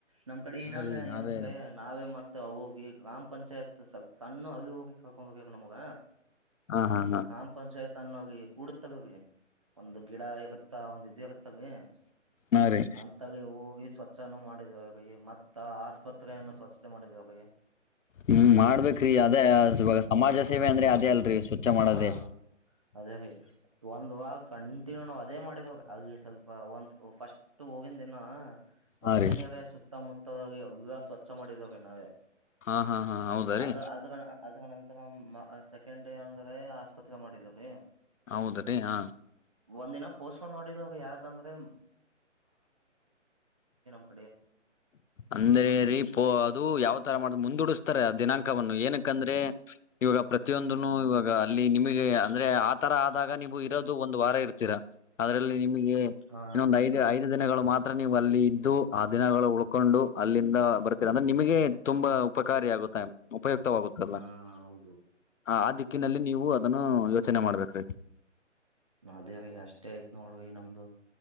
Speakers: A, on the right (about 25°); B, on the left (about 85°).
A: ನಮ್ ಕಡೆ
B: ಹಾ
A: ಇನ್ನೊಂದ
B: ರೀ ನಾವೇ
A: ಏನಂದ್ರೆ ನಾವೇ ಮಾ ಹೋಗಿ ಗ್ರಾಮ ಪಂಚಾಯತ್ ಸಣ್ಣ ಹಗಿ ಹೋಗಿ ಕರ್ಕೊಂಡ ಹೋಗಕ್ ನಮಗ.
B: ಹಾ ಹಾ ಹಾ
A: ಗ್ರಾಮ ಪಂಚಾಯತ್ ಅನ್ನೋಗಿ ಕೂಡ ತಗೋಗಿ ಒಂದು ಗಿಡ ಇಗತ್ತ ಒಂದ <unintelligible>
B: ಹಾ ರೀ
A: ಅಂತಾಗ ಹೋಗಿ ಸ್ವ ಸ್ವಚ್ಛಾನ ಮಾಡಿದ ಮತ್ತ ಆಸ್ಪತ್ರೆಯನ್ನು ಸ್ವಚ್ಛತೆ ಮಾಡಿದೇವ್ರೀ
B: ಹ್ಮ್ ಮಾಡ್ಬೇಕ್ರೀ ಅದೇ ಇವಾಗ ಸಮಾಜ
A: ಹಾ
B: ಸೇವೆ ಅಂದ್ರೆ
A: ಹಾ
B: ಅದೇ ಅಲ್ರೀ ಸ್ವಚ್ಛ ಮಾಡೋದೆೇ
A: ಹಾ ಅದೇ ರೀ ಒಂದ್ ವಾರ್ ಕಂಟಿನ್ಯೂ ನಾವ್ ಅದೇ ಮಾಡಿದ್ವ ಅಲ್ಲಿ ಸ್ವಲ್ಪ ಒಂದ ಫಸ್ಟ್ ಹೋಗಿಂದಿನ್ನು ವಸತಿ
B: ಹಾ ರೀ
A: ನಿಲಯ ಸುತ್ತಮುತ್ತ ಹೋಗಿ ಎಲ್ಲಾ ಸ್ವಚ್ಛ ಮಾಡಿದೇವ್ರಿ ನಾವೇ.
B: ಹಾ ಹಾ ಹಾ ಹೌದ ರೀ
A: ಅದ ಅದ ಗಣ ಅದಗಣ ಸೆಕೆಂಡ್ ಡೇ ಅಂದ್ರೀ ಆಸ್ಪತ್ರೆಗೆ ಮಾಡಿದೀವ್ರೀ
B: ಹೌದ್ರೀ ಹಾ
A: ಒಂದಿನ ಪೋಸ್ಟ್ಪೋನ್ ಮಾಡಿದ್ವು ಅದು ಯಾಕಂದ್ರೆ <unintelligible>
B: ಅಂದ್ರೆ ರೀ ಪೋ ಅದು ಯಾವ್ತರ ಮಾಡ್ದ ಮುಂದೂಡಸ್ತಾರೆ ದಿನಾಂಕ್ ಕವನ್ನು ಏನಕ್ಕಂದ್ರೆ ಇವಾಗ ಪ್ರತಿಯೊಂದನು
A: ಹ್ಮ್
B: ಇವಾಗ ಅಲ್ಲಿ ನಿಮಗೆ ಅಂದ್ರೆ ಆ ತರ ಆದಾಗ ನೀವು ಇರೋದು ಒಂದು ವಾರ ಇರ್ತೀರಾ ಅದ್ರಲ್ಲಿ ನಿಮಗೆ
A: ಹಾ
B: ಇನ್ನೊಂದು ಐದು ಐದು ದಿನಗಳು ಮಾತ್ರ ನೀವು ಅಲ್ಲಿ ಇದ್ದು ಆ ದಿನಗಳು ಉಳ್ಕೊಂಡು ಅಲ್ಲಿಂದ ಬರ್ತೀರ ಅಂದ್ರೆ ನಿಮಗೆ ತುಂಬಾ ಉಪಕಾರಿಯಾಗುತ್ತೆ ಉಪಯುಕ್ತವಾಗುತ್ತಲ್ಲ
A: ಹಾ ಹೌದು
B: ಹಾ ಅದಿ ಕ್ಕಿನಲ್ಲಿ ನೀವು ಅದನ್ನು ಯೋಚನೆ ಮಾಡ್ಬೇಕ್ರೀ.
A: ಅದೇ ಅಷ್ಟೇ ಆಯ್ತ್ ನೋಡ್ರಿ ನಮ್ದು.